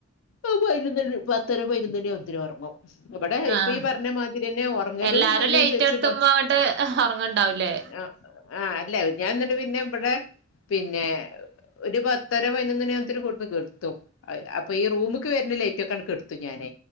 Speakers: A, on the left; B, on the right.
A: ആ പയിനൊന്നണി പത്തര പയിനൊന്നണി ആകുമ്പോത്തിന് ഒറങ്ങും ഇവടെ ഇപ്പ
B: ആഹ്
A: ഈ പറഞ്ഞ മാതിരിയെന്നെ ഒറങ്ങലും
B: എല്ലാരും
A: അയിനനുസരിച്ച്
B: ലൈറ്റ് എടുത്തുമ്പോ
A: <unintelligible>
B: അങ്ങട്ട് ഒറങ്ങണ്ടാവൂലേ
A: അ ആ അല്ല ഞാൻ ന്നിട്ട് പിന്നെ ഇബടെ പിന്നെ ഒരു പത്തര പയിനൊന്നണി ആകുമ്പോ തന്നെ കൊട്ന്ന് കെട്ത്തും അപ്പൊ ഈ റൂമക്ക് വര്ന ത്ത്ത്തെ ലൈറ്റൊക്കേണ്ട് കെട്ത്തും ഞാന്